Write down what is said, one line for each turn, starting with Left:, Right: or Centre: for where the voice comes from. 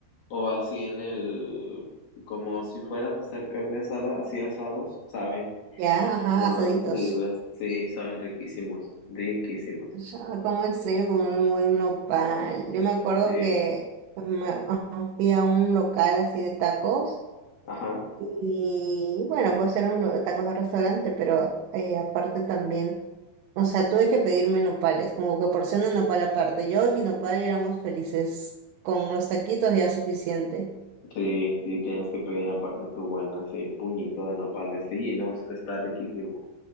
Left: o así en el, como si fueras a hacer carne asada, así asados, saben.
Right: ya, ajá,
Left: No,
Right: asaditos.
Left: increíbles. Sí, saben riquísimos, riquísimos.
Right: Ya, como extraño comer un buen nopal. Yo me acuerdo
Left: Sí.
Right: que me- ajá, fui a un local así de tacos.
Left: Ajá.
Right: Y bueno, pues eran los tacos de restaurante, pero eh, aparte también, o sea, tuve que pedirme nopales, como que porción de nopal aparte. Yo y mi nopal éramos felices, con los taquitos ya suficiente.
Left: Sí, sí, tienes que pedir aparte tu buena, sí, puñito de nopales. Sí, no, está riquísimo,